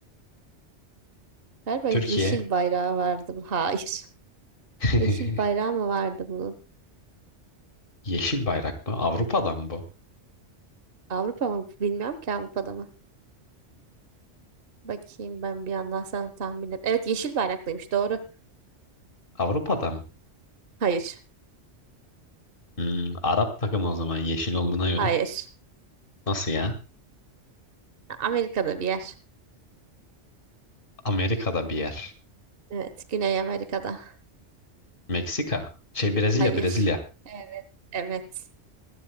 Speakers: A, on the right; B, on the left.
A: Galiba
B: Türkiye.
A: yeşil bayrağı vardı. bu- Hayır.
B: <laughs>
A: Yeşil bayrağı mı vardı bunun?
B: Yeşil bayrak mı? Avrupa'dan mı bu?
A: Avrupa mı? Bilmiyorum ki Avrupa'da mı? Bakayım ben bir yandan sen tahmin et. Evet yeşil bayraklıymış doğru.
B: Avrupa'dan mı?
A: Hayır.
B: Hmm, Arap takımı o zaman yeşil olduğuna göre.
A: Hayır.
B: Nasıl ya?
A: Amerika'da bir yer.
B: Amerika'da bir yer.
A: Evet. Güney Amerika'da.
B: Meksika. Şey Brezilya,
A: Hayır.
B: Brezilya.
A: Evet. Evet.